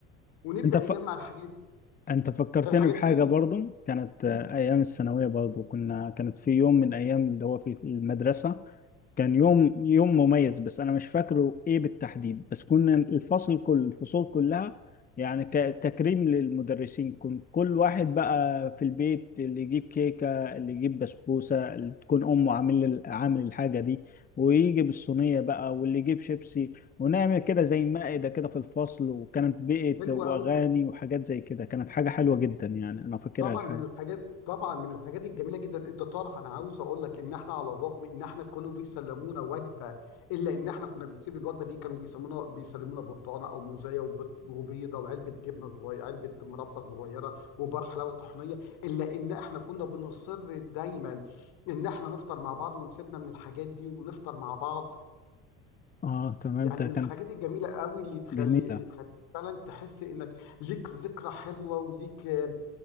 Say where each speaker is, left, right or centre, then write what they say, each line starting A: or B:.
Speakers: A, on the left; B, on the left.
A: ونبدا
B: انت ف...
A: نجمع الحاجات
B: انت فكرتني
A: الحاجات
B: بحاجة
A: دي
B: برضو كانت
A: مم،
B: آه، ايام الثانوية برضو كنا كانت في يوم من ايام اللي هو في المدرسة كان يوم يوم مميز بس انا مش فاكره ايه بالتحديد بس كنا الفصل كل الفصول كلها يعني كتكريم للمدرسين كنت كل واحد بقى في البيت اللي يجيب كيكة اللي يجيب بسبوسة اللي تكون امه عامل عامل الحاجة دي ويجي بالصينية بقى واللي يجيب شيبسي ونعمل كده زي مائدة كده في الفصل وكانت بيئة
A: حلوه
B: واغاني
A: قوي
B: وحاجات زي كده كانت حاجة حلوة جدا يعني انا فاكرها
A: طبعا
B: الحاجة
A: من الحاجات طبعا من الحاجات الجميله جدا انت تعرف انا عاوز اقول لك ان احنا على الرغم ان احنا كانوا بيسلمونا وجبه الا ان احنا كنا بنسيب الوجبه دي كانوا بيسمونا بيسلمونا برتقانه او موزايه وبيض- وبيضه وعلبه جبنه صغيره علبه مربى صغيره وبار حلاوه طحينيه الا ان احنا كنا بنصر دايما ان احنا نفطر مع بعض ونسيبنا من الحاجات دي ونفطر مع بعض
B: اه تمام
A: يعني
B: ده
A: من
B: كانت
A: الحاجات الجميله قوي اللي تخلي
B: جميلة
A: اللي تخلي فعلا تحس انك ليك ذكرى حلوه وليك آه،